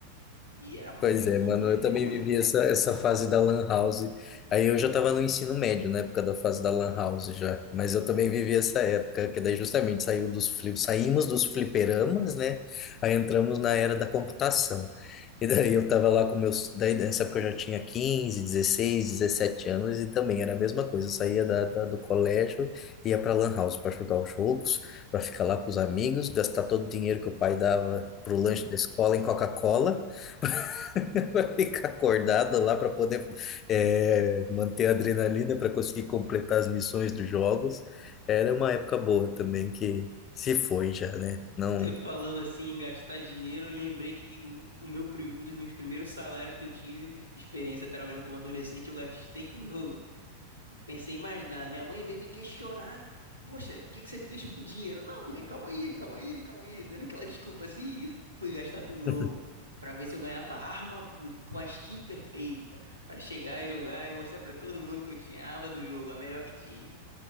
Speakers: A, on the right; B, on the left.
A: E era muito
B: Pois é,
A: bom.
B: mano,
A: E
B: eu
A: até
B: também
A: hoje,
B: vivi essa, essa fase da Lan House. Aí eu já estava no ensino médio, na época da fase da Lan House já. Mas eu também vivi essa época, que daí justamente saiu dos fli- saímos dos fliperamas, né? Aí entramos na era da computação. E daí eu tava lá com meus. Daí nessa época eu já tinha 15 16 17 anos e também era a mesma coisa. Eu saía da, da- do colégio, ia pra Lan House para jogar os jogos, para ficar lá com os amigos, gastar todo o dinheiro que o pai dava pro lanche da escola em Coca-Cola. <laughs> Vai ficar acordado lá para poder é, manter a adrenalina para conseguir completar as missões dos jogos. Era uma época boa também que se foi já, né? Não
A: você falando assim em gastar dinheiro, eu lembrei que um- o meu, prim- um dos meus primeiros salários que eu tive, experiência trabalhando como adolescente, eu gastei com o jogo. Não pensei em mais nada. Minha mãe veio me questionar. Poxa, o que que você fez com o dinheiro? Não, mãe, calma aí, calma aí, calma aí. Dando aquela desculpa assim, e fui gastar com o jogo.
B: <laughs>
A: Pra ver se eu ganhava arma bu- com a skin perfeita. Pra chegar e jogar e mostrar pra todo mundo que eu tinha a arma do jogo, a melhor que tinha.